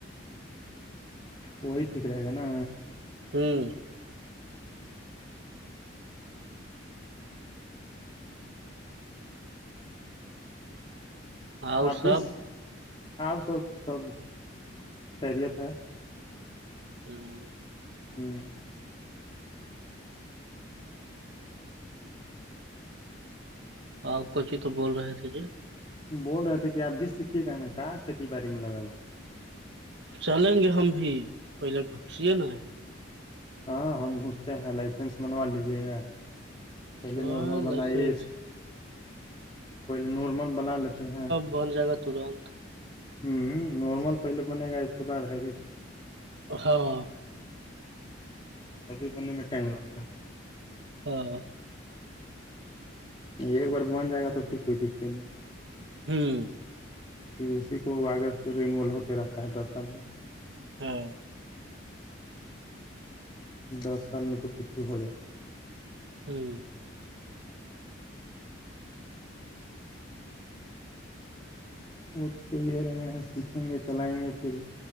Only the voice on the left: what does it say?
وہی ٹھیک رہے گا نا
اپ
بھی آپ سب سب خیریت ہے
ہوں
بول رہے تھے کہ آپ بھی سیکھیے کہ ن کا کھیتی باڑی میں لگا
ہاں ہم گھستے ہیں لائسنس بنوا لیج ے گا پہلے
نارمل بنائیے
اس <unintelligible> پہلے نارمل بنا لیتے ہیں
ہوں نارمل پہلے بنے گا اس کے بار ہیوی بنے گا
ابھی بننے میں ٹائم لگتا ہے
ایک بار بن جائے گا تو پھر کوئی دقت نہیں
کہ اسی کو آگے رینول ہوتے رہتا ہے دس سال میں
دس سال میں تو کچھ ہو جائے گا
وہ تو یہ رہے ہیں سیکھیں گے چلائیں گے پھر